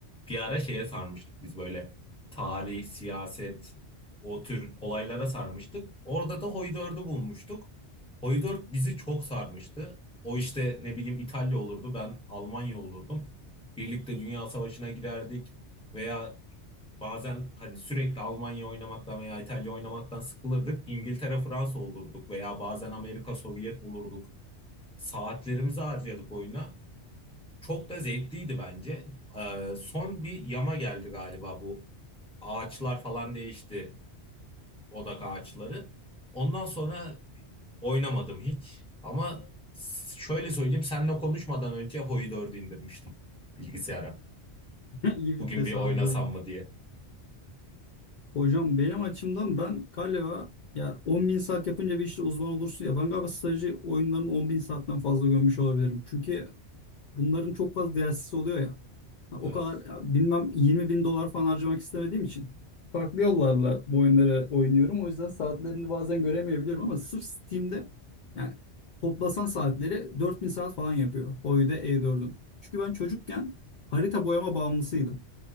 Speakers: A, in the centre; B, on the left.
A: bir ara şeye sarmıştık biz böyle tarih, siyaset o tür olaylara sarmıştık. Orada da Hoi 4'ü bulmuştuk. Hoi 4 bizi çok sarmıştı. O işte ne bileyim İtalya olurdu, ben Almanya olurdum. Birlikte Dünya Savaşı'na girerdik veya Bazen hani sürekli Almanya oynamaktan veya İtalya oynamaktan sıkılırdık. İngiltere, Fransa olurduk veya bazen Amerika, Sovyet olurduk. Saatlerimizi harcadık oyuna. Çok da zevkliydi bence. Ee, son bir yama geldi galiba bu. Ağaçlar falan değişti. Odak ağaçları. Ondan sonra oynamadım hiç. Ama şöyle söyleyeyim, seninle konuşmadan önce Hoi 4'ü indirmiştim bilgisayara.
B: <laughs> İyi bir
A: Bugün
B: tesadüf
A: bir oynasam
B: olmuş.
A: mı diye.
B: Hocam benim açımdan ben galiba ya 10 bin saat yapınca bir işte uzman olursun ya ben galiba strateji oyunlarının 10 bin saatten fazla gömmüş olabilirim. Çünkü Bunların çok fazla DLC'si oluyor ya. Ha, O
A: Evet.
B: kadar ya bilmem 20 bin dolar falan harcamak istemediğim için farklı yollarla bu oyunları oynuyorum. O yüzden saatlerini bazen göremeyebiliyorum ama sırf Steam'de yani toplasan saatleri 4000 saat falan yapıyor. Oyda E4'ün. Çünkü ben çocukken harita boyama bağımlısıydım.